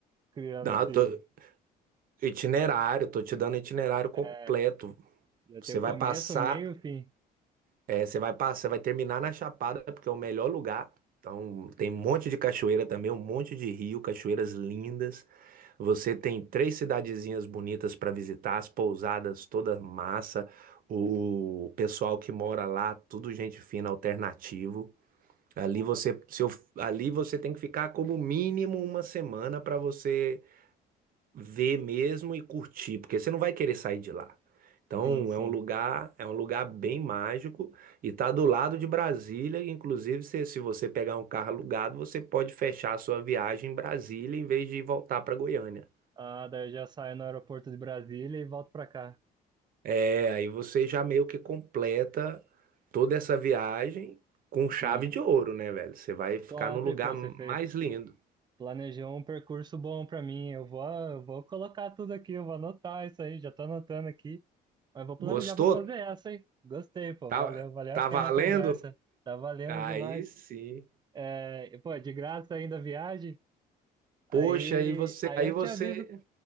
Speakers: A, on the right; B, on the right.
A: criando
B: Não,
A: esse.
B: eu tô- itinerário, tô te dando itinerário completo.
A: é, Já tem
B: Você
A: o
B: vai
A: começo,
B: passar
A: o meio e o fim.
B: É, você vai passar, vai terminar na Chapada, porque é o melhor lugar. Então, tem um monte de cachoeira também, um monte de rio, cachoeiras lindas. Você tem três cidadezinhas bonitas para visitar, as pousadas toda massa, o pessoal que mora lá, tudo gente fina, alternativo. Ali
A: Boa.
B: você, seu, ali você tem que ficar como mínimo uma semana para você ver mesmo e curtir, porque você não vai querer sair de lá. Então,
A: Sim, sim.
B: é um lugar, é um lugar bem mágico e tá do lado de Brasília, e, inclusive se, se você pegar um carro alugado, você pode fechar a sua viagem em Brasília em vez de voltar para Goiânia.
A: Ah, daí eu já saio no aeroporto de Brasília e volto pra cá.
B: É, aí você já meio que completa toda essa viagem com
A: Sim.
B: chave de ouro, né, velho? Você vai ficar
A: Top,
B: no lugar
A: pô,
B: mais
A: você fez,
B: lindo.
A: planejou um percurso bom pra mim. Eu vou, eu vou colocar tudo aqui, eu vou anotar isso aí, já tô anotando aqui. Mas vou planejar,
B: Gostou?
A: vou fazer essa, hein? Gostei, pô.
B: Tá,
A: Valeu, valeu
B: tá
A: a pena
B: valendo?
A: a conversa. Tá valendo
B: Aí
A: demais.
B: sim.
A: É, pô, de graça ainda a viagem.
B: Poxa,
A: Aí,
B: aí você,
A: aí
B: aí
A: eu
B: você,
A: te aviso,